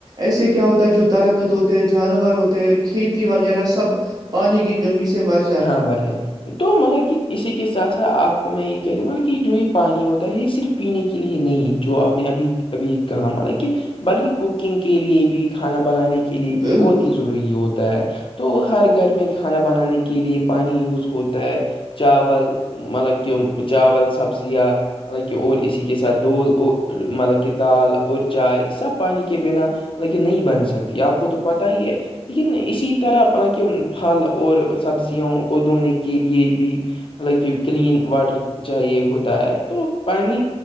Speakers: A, on the right; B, on the left.
A: ایسے کیا ہوتا ہے جو درقت ہوتے جانور ہوتے کھیتی وغیرہ سب پانی کی کمی سے مرض
B: ہاں بھائی جان تو مطلب کہ اسی کے ساتھ ساتھ آپ آپ کو میں یہ کہہ دوں مطلب کہ جو یہ پانی ہوتا ہے یہ صرف پینے کے لیے نہیں جو آپ نے ابھی ابھی کہا مطب کہ بلکہ کوکنگ کے لئے بھی کھانا بنانے کی لیے بھی
A: بالکل
B: بہت ہی ضروری ہوتا ہے تو ہر گھر میں کھانا بنانے کی کے لیے پانی یوز ہوتا ہے چاول مطلب کہ چاول سبزیاں مطلب کہ اور اسی کے ساتھ دول مطلب کہ دال اور چائے سب پانی کے بنا مطل کہ نہیں بن سکتی آپ کو تو پت ہی ہے لیکن اسی طرح مل کہ پھل اور سبزیوں کو دھونے کے لیے بھی مطلب کہ کلین واٹر چاہے ہوتا ہے تو پانی